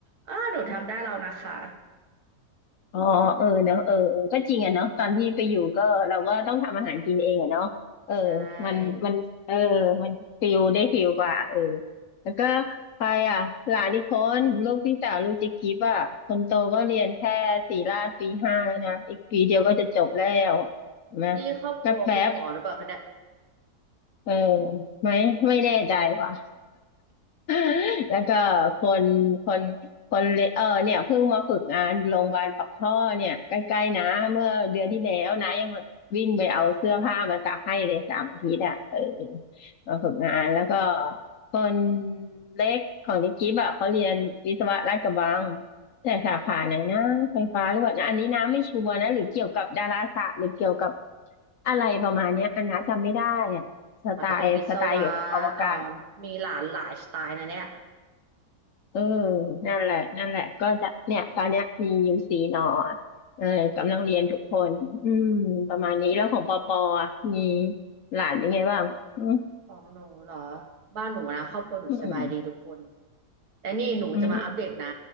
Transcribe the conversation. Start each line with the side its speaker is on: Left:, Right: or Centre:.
Right: อ้าหนูทำได้แล้วนะคะ
Left: อ๋อเออเนาะเออเออก็จริงอะเนาะตอนที่ไปอยู่ก็เราก็ต้องทำอาหารกินเองอะเนาะเออ
Right: ใช่
Left: มันมันเออมันฟิลได้ฟิลกว่าเออแล้วก็ไปอ่ะหลานอีกคนลูกพี่สาวลูกเจ๊กิฟอ่ะคนโตก็เรียนแค่ศิรราชปีห้าแล้วนะอีกปีเดียวก็จะจบแล้วเห็นะ
Right: นี่ครอบครัวคุณหมอหรือเปล่าคะเนี่ย
Left: แป๊บแป๊บๆเออไม่ไม่แน่ใจว่ะ <laughs> แล้วก็คนคนคนเลเออเนี่ยเพิ่งมาฝึกงานโรงพยาบาลปักท่อเนี่ยใกล้ๆนะเมื่อเดือนที่แล้วนะยังวิ่งไปเอาเสื้อผ้ามาซักให้เลยสามอาทิตย์อ่ะเออมาฝึกงานแล้วก็
Right: อ๋อ
Left: คนเล็กของนิกกี้แบะเขาเรียนวิศวะลาดกระบังแต่สาขาไหนนะไฟฟ้าหรือว่านอันนี้นะไม่ชัวร์นะหรือเกี่ยวกับดาราศาสตร์หรือเกี่ยวกับอะไรประมาณเนี้ยอันนะจำไม่ได้อ่ะสไตล์สไตล์เกี่ยวกับอวกาศ
Right: หมอจะเป็นวิศวะเอ่อมีหลานหลายสไตล์นะเนี่ย
Left: เออนั่นแหละนั่นแหละก็จะเนี่ยตอนเนี้ยมียูซีนออ่ะเออกำลังเรียนทุกคนอืมประมาณนี้แล้วของปอปออ่ะมีหลานเป็นไงบ้างอืม
Right: ของหนูเหรอบ้านหนูนะครอบครัวหนูสบายดีทุกคน
Left: อื
Right: แต่นี่หนูจะมาอัปเดตนะ
Left: ม